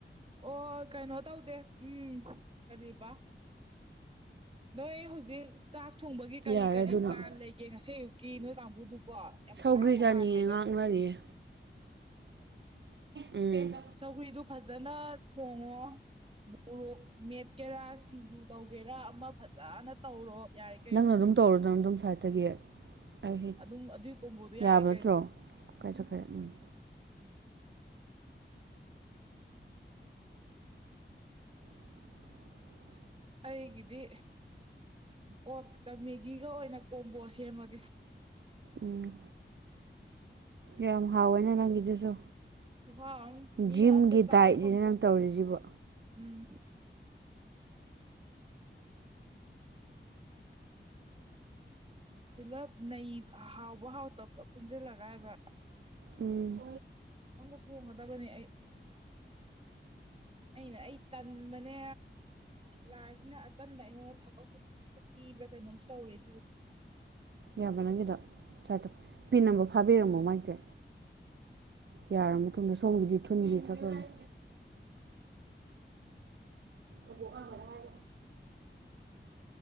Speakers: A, on the right; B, on the right.
A: ꯑꯣ ꯀꯩꯅꯣ ꯇꯧꯗꯦ ꯎꯝ ꯀꯔꯤꯕ ꯅꯣꯏ ꯍꯧꯖꯤꯛ ꯆꯥꯛ ꯊꯣꯡꯕꯒꯤ ꯀꯔꯤ
B: ꯌꯥꯔꯦ
A: ꯀꯔꯤ
B: ꯑꯗꯨꯅ
A: ꯄ꯭ꯂꯥꯟ ꯂꯩꯒꯦ ꯉꯁꯤ ꯑꯌꯨꯛꯀꯤ ꯅꯣꯏ ꯀꯥꯡꯕꯨꯗꯨꯕꯣ ꯌꯥꯝ
B: ꯁꯧꯒ꯭ꯔꯤ
A: ꯍꯔꯥꯎꯕ
B: ꯆꯥꯅꯤꯡꯌꯦꯦ
A: ꯃꯥꯜꯂꯤꯗꯣ
B: ꯉꯥꯡꯅꯔꯤꯌꯦ ꯎꯝ
A: ꯆꯧꯒ꯭ꯗꯨ ꯐꯖ ꯐꯖꯅ ꯊꯣꯡꯉꯣ ꯃꯣꯔꯣꯛ ꯃꯦꯠꯀꯦꯔꯥ ꯁꯤꯡꯖꯨ ꯇꯧꯒꯦꯔꯥ ꯑꯃ ꯐꯖꯅ ꯇꯧꯔꯣ ꯌꯥꯔꯦ ꯀꯩꯅꯣ
B: ꯅꯪꯅ ꯑꯗꯨꯝ ꯇꯧꯔꯨꯗꯅ ꯑꯗꯨꯝ ꯁꯥꯏꯠꯇꯒꯤ ꯑꯩ
A: ꯑꯗꯨꯝ ꯑꯗꯨꯏ ꯀꯣꯡꯕꯣꯗꯣ ꯌꯥꯔꯦ
B: ꯌꯥꯕ
A: ꯀꯩꯅꯣ
B: ꯅꯠꯇ꯭ꯔꯣ ꯀꯥꯏ ꯆꯠꯈ꯭ꯔꯦ ꯎꯝ
A: ꯎꯝ
B: <inaudible>
A: ꯑꯩꯒꯗꯤ ꯀꯣ ꯀꯃꯦꯒꯤꯒ ꯑꯣꯏꯅ ꯀꯣꯝꯕꯣ ꯁꯦꯝꯃꯒꯦ
B: ꯎꯝ ꯌꯥꯝ ꯍꯥꯎꯋꯦꯅꯦ ꯅꯪꯒꯤꯗꯨꯁꯨ
A: ꯨꯍꯥ ꯑꯝ ꯃꯤꯅ
B: ꯖꯤꯝꯒꯤ
A: ꯑꯝꯇ
B: ꯗꯥꯏꯠꯅꯤꯅ
A: ꯆꯥꯒꯦ ꯐꯐꯝ ꯄꯣꯟꯇꯦ
B: ꯅꯪ ꯇꯧꯔꯤꯁꯤꯕꯣ
A: ꯎꯝ ꯄꯨꯂꯞ ꯅꯩ ꯍꯥꯎꯕ ꯍꯥꯎꯇꯕ ꯄꯨꯂꯞ ꯄꯨꯟꯁꯤꯜꯂꯒꯥꯏꯕ
B: ꯎꯝ
A: ꯑꯣꯟꯗ ꯊꯣꯡꯒꯗꯕꯅꯦ ꯑꯩ ꯑꯩꯅ ꯑꯩ ꯇꯟꯕꯅꯦ ꯂꯥꯏꯁꯤꯅ ꯑꯇꯟꯕ ꯑꯩꯉꯣꯟꯗ ꯊꯕꯛꯁꯦ ꯄꯤꯕ꯭ꯔꯥ ꯀꯩꯅꯣꯝꯁꯨ ꯇꯧꯔꯤꯦ
B: ꯌꯥꯔꯕ꯭ꯔ ꯅꯪꯒꯤꯗꯣ ꯁꯠꯇꯣ ꯄꯤꯤꯟ ꯅꯝꯕꯔ ꯐꯥꯕꯤꯔꯝꯃꯣ ꯃꯒꯤꯁꯦ ꯌꯥꯔꯕ ꯃꯇꯨꯡꯗ ꯁꯣꯝꯒꯤꯗꯤ ꯊꯨꯟꯒꯤ ꯆꯠꯄꯂꯣ ꯑꯁ ꯑꯣꯣ ꯑ ꯃꯗ ꯍꯥꯏ